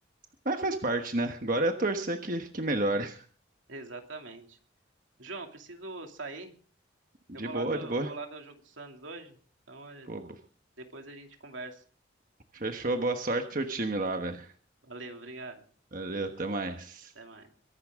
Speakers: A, on the right; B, on the right.
A: Mas faz parte, né? Agora é torcer que, que melhore.
B: Exatamente. João, eu preciso sair.
A: De
B: Eu vou
A: boa,
B: lá ver, o-
A: de boa.
B: vou lá ver o jogo do Santos hoje. Então, olha,
A: Pô, bo-
B: depois a gente conversa.
A: fechou, boa sorte pro seu time lá, velho.
B: Valeu, obrigado.
A: Valeu, até mais.
B: Até mais.